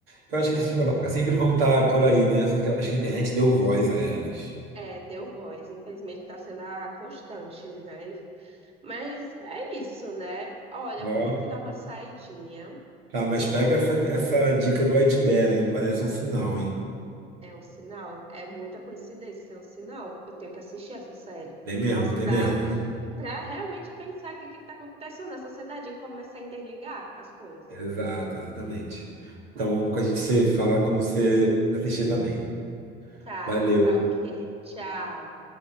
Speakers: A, on the right; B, on the right.
A: Eu acho
B: É.
A: que essas babacas sempre vão estar por aí, né? Só que acho que a internet deu voz a elas.
B: É, deu voz, infelizmente está sendo a constante, né? Mas é isso, né? Olha,
A: Ó,
B: eu vou ter que dar uma saidinha,
A: tá, mas
B: tá?
A: pega essa, essa dica do White Bear, hein? Parece um sinal, hein?
B: É um sinal, é muita coincidência, é um sinal. Eu tenho que assistir essa série.
A: Tem mesmo,
B: Nossa,
A: tem
B: pra,
A: mesmo.
B: pra realmente pensar que o que tá acontecendo na sociedade e começar a interligar as coisas.
A: Exato, exatamente. Então, com a gente se fala quando você assistir também.
B: Tá,
A: Valeu.
B: tá ok. Tchau.